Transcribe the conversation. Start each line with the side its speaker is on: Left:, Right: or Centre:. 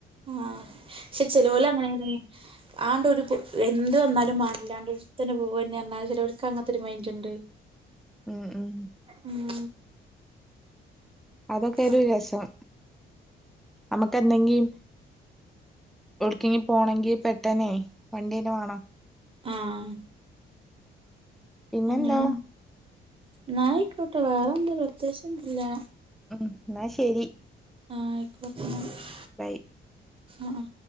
Right: ആഹ് ക്ഷെ ചെലോൽ അങ്ങനെ ടീ ആണ്ടൊരു പൊ എന്ത് വന്നാലും മാണ്ടില്ലാണ്ട്ട്ത്തന പോവന്നെ ന്നാ ചെലോൽക്കങ്ങതൊരു മൈൻ്റ്ണ്ട്
Centre: ഉം ഉം
Right: ഉം
Centre: അതൊക്കെരു
Right: അങ്ങനെ
Centre: രസം അമ്മക്കെന്തെങ്കിം ഓൾക്കിനി പോണങ്കിൽ പെട്ടനേ വണ്ടീനെ വേണം
Right: ആഹ്
Centre: പിന്നെന്താ
Right: അങ്ങനെ ന്നാ ഐക്കോട്ടെ. വേറെന്ത പ്രത്യേകിച്ചൊന്നുല്ലാ
Centre: ഉം എന്നാ ശരി
Right: ആയിക്കോട്ടെ
Centre: ബൈ
Right: ആഹ് ആഹ്